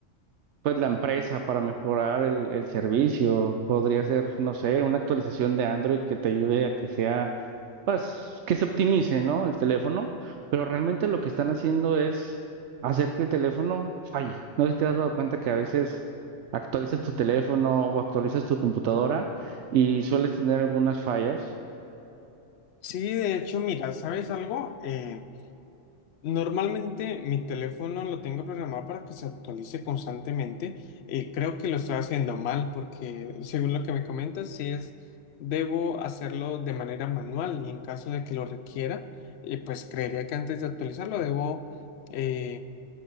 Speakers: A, on the right; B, on the left.
A: pues la empresa para mejorar el, el servicio. Podría ser, no sé, una actualización de Android que te ayude a que sea, pues, que se optimice, ¿no? El teléfono, pero realmente lo que están haciendo es hacer que el teléfono falle. No sé si te has dado cuenta que a veces actualizas tu teléfono o actualizas tu computadora y sueles tener algunas fallas.
B: Sí, de hecho, mira, ¿sabes algo? Eh, Normalmente mi teléfono lo tengo programado para que se actualice constantemente. y creo que lo estoy haciendo mal porque según lo que me comentas, si es, debo hacerlo de manera manual y en caso de que lo requiera, eh, pues creería que antes de actualizarlo debo eh,